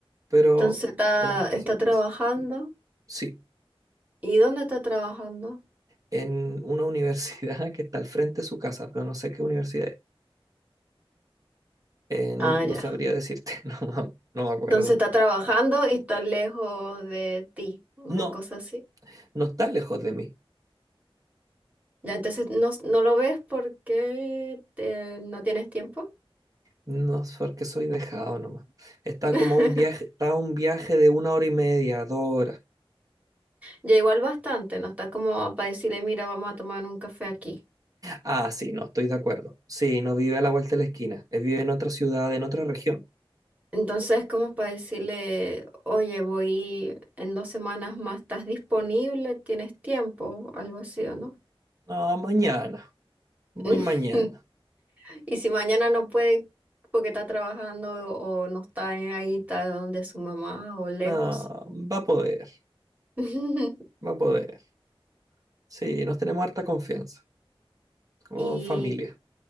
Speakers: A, on the right; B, on the right.
A: pero
B: Entonces está,
A: le gusta
B: está
A: hacer clases.
B: trabajando.
A: Sí,
B: ¿Y dónde está trabajando?
A: en una universidad <laughs> que está al frente de su casa, pero no sé qué universidad es. Eh, no,
B: Ah,
A: no
B: ya.
A: sabría decirte, <laughs> no, me- no me acuerdo.
B: Entonces está trabajando y está lejos de ti, una
A: No,
B: cosa así.
A: no está lejos de mí.
B: Ya, entonces no, no lo ves porque te- no tienes tiempo.
A: No es porque soy dejado nomás. Está
B: <laughs>
A: como a un viaje, está a un viaje de una hora y media, dos horas.
B: Ya igual bastante, no está como para decirle, mira, vamos a tomar un café aquí.
A: Ah, sí, no, estoy de acuerdo. Sí, no vive a la vuelta de la esquina. Él vive en otra ciudad, en otra región.
B: Entonces, como para decirle, oye, voy en dos semanas más, ¿estás disponible? ¿Tienes tiempo? Algo así, ¿o no?
A: No, mañana. Voy
B: <laughs>
A: mañana.
B: Y si mañana no puede porque está trabajando o, o no está ahí, está donde su mamá o lejos.
A: No, va a poder,
B: <laughs>
A: va a poder. Sí, nos tenemos harta confianza como
B: Y
A: familia.